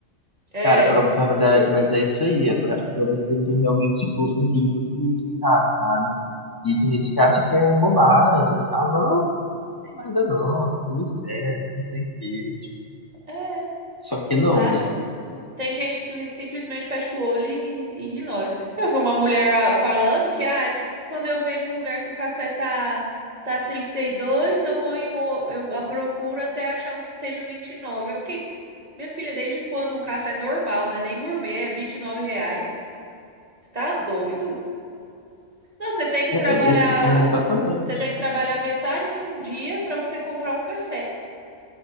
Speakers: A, on the right; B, on the left.
A: É,
B: Cara, pra- mas, é, mas é isso aí, é pra, é pra você ver realmente tipo, o nível que, que tá, sabe? E tem gente que acha que é bobagem e tal. Não, não tem nada não, tá tudo certo, não sei o quê. Tipo,
A: é,
B: só que não,
A: acha.
B: né?
A: Tem gente que simplesmente fecha o olho e e ignora. Eu vi uma mulher ah, falando que, ai, quando eu vejo um lugar que o café tá, tá 32, eu vou em, o- eu a procuro até achar um que esteja 29. Eu fiquei, minha filha, desde quando um café normal, não é nem gourmet, é 29 reais? Você tá doido? Não, você tem que
B: É,
A: trabalhar,
B: é, é, é exatamente.
A: você tem que trabalhar metade de um dia para você comprar um café.